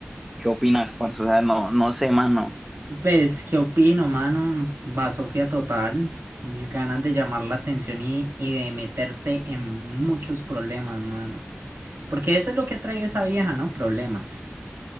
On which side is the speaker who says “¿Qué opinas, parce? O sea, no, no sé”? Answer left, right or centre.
Centre